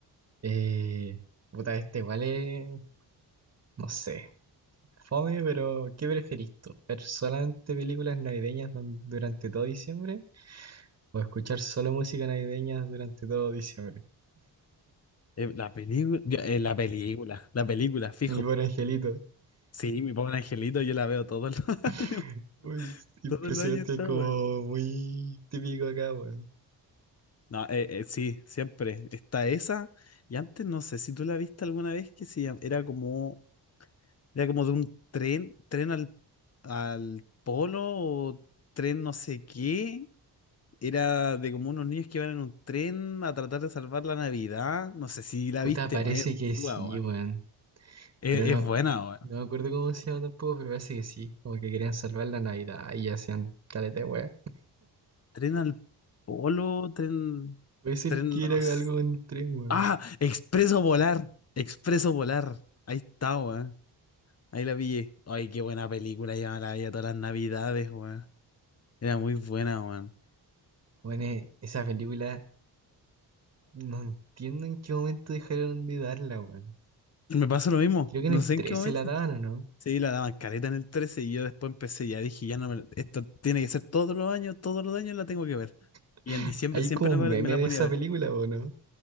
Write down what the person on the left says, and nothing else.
Eh, la película, yo- eh, la película, la película, fijo.
Sí, mi pobre angelito, yo la veo todos los
<laughs> años.
Todos los años está,
weón. <laughs>
No, eh, eh, sí, siempre. Está esa. Y antes no sé si tú la viste alguna vez que se llam- era como, era como de un tren, tren al, al polo o tren no sé qué. Era de como unos niños que iban en un tren a tratar de salvar la Navidad. No sé si la
viste,
weón. Es antigua,
weón.
Es,
es buena,
weón.
Tren al polo, tren,
tren
no
sé.
Ah, Expreso Polar. Expreso Polar. Ahí está, weón. Ahí la pillé. Ay, qué buena película, ya me la veía todas las navidades, weón. Era muy buena, weón.
Me pasa lo mismo,
no
sé
en qué momento.
Sí, la daban caleta en el 13 y yo después empecé, ya dije, ya no me la- esto tiene que ser todos los años, todos los años la tengo que ver.
Y en diciembre
siempre
me
la me la
ponía
a ver.